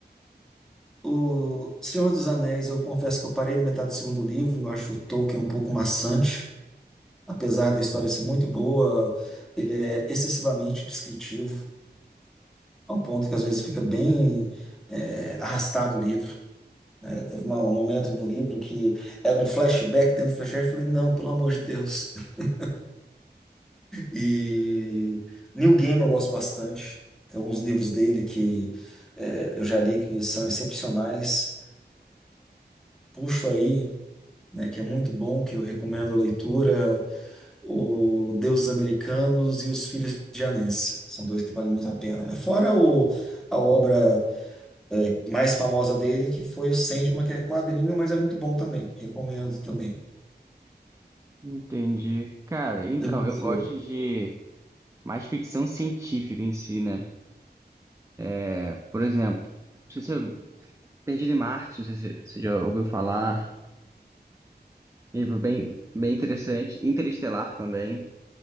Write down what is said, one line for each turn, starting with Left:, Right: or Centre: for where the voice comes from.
Centre: O Senhor dos Anéis, eu confesso que eu parei na metade do segundo livro, eu acho o Tolkien um pouco maçante, apesar da história ser muito boa, ele é excessivamente descritivo, ao ponto que às vezes fica bem é, arrastado o livro. né? Teve uma- um momento do livro que era um flashback dentro do flashback, eu falei, não, pelo amor de Deus. <laughs> E Neil Gaiman eu gosto bastante, tem alguns livros dele que é, eu já li que são excepcionais. Puxo aí. né, que é muito bom, que eu recomendo a leitura, o Deuses Americanos e Os Filhos de Anansi. São dois que valem muito a pena, né? Fora o, a obra é, mais famosa dele, que foi o Sandman, que é quadrinho, mas é muito bom também. Recomendo também.
Right: Entendi. Cara, então,
Centre: Deve
Right: eu
Centre: ser.
Right: gosto de mais ficção científica em si, né? É, Por exemplo, não sei se eu... Perdido em Marte, não sei se você já ouviu falar. Livro bem, bem interessante. Interestelar também.